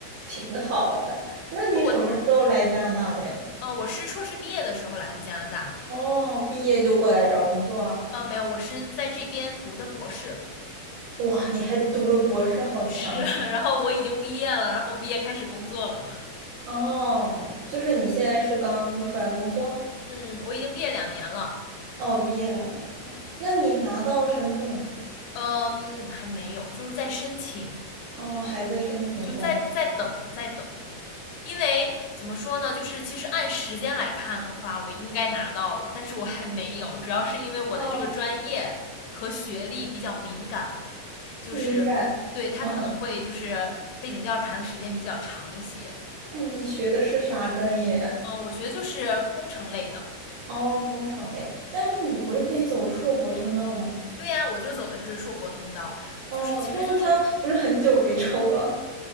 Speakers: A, on the right; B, on the left.
A: 挺挺好的。那你什么时候来加拿大的呀？
B: 我呃，我是硕士毕业的时候来的加拿大，
A: 哦，毕业就过来找工作了。
B: 呃，没有，我是在这边读的博士，
A: 哇，你还读了博士，好强啊！
B: 是，然后我已经毕业了，然后毕业开始工作了嘛，
A: 哦，就是你现在是刚出来工作？
B: 嗯，我已经毕业两年了，
A: 哦，毕业两年。那你拿到身份了吗？
B: 嗯，还没有，就是在申请，
A: 哦，还在申请中。
B: 就在在等在等，因为怎么说呢，就是其实按时间来看的话，我应该拿到了，但是我还没有，主要是因为我的这个专业和学历比较敏感，
A: 哦，
B: 就是对他可能会就是背景调查的时间比较长一些。
A: 敏感。哦，哦你学的是啥专业呀？
B: 嗯、我学的就是工程类的。
A: 哦，工程类。但是你不是可以走硕博通道吗？
B: 对呀、我就走的是硕博通道，
A: 哦，
B: 就是其实就是
A: 但是他不是很久没抽了。